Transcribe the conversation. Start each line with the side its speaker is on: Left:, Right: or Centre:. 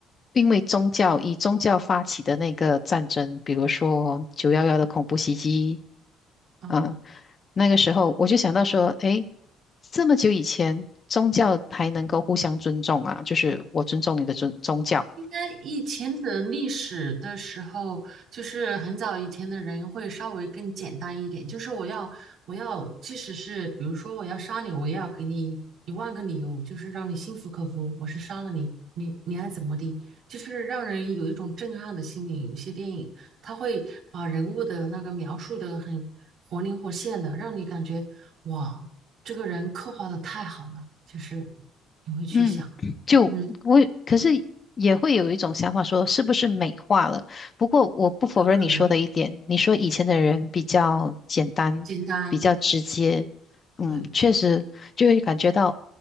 Left: 因为宗教以宗教发起的那个战争，比如说九幺幺的恐怖袭击
Right: 啊，
Left: 啊，那个时候我就想到说，诶，这么久以前，宗教还能够互相尊重啊，就是我尊重你的尊宗教，
Right: 应该以前的历史的时候，就是很早以前的人会稍微更简单一点，就是我要我要，即使是比如说我要杀你，我也要给你一万个理由，就是让你心服口服，我是杀了你，你你爱怎么的，就是让人有一种震撼的心理。有些电影它会把人物的那个描述的很活灵活现的，让你感觉哇，这个人刻画的太好了，就是你会去想，
Left: 嗯，就我可是也会有一种想法说，
Right: 嗯，
Left: 是不是美化了？不过我不否认你说的一点，
Right: 有可能。
Left: 你说以前的人比较简单，
Right: 简单，
Left: 比较直接，
Right: 对
Left: 嗯，
Right: 对，
Left: 确实就会感觉到，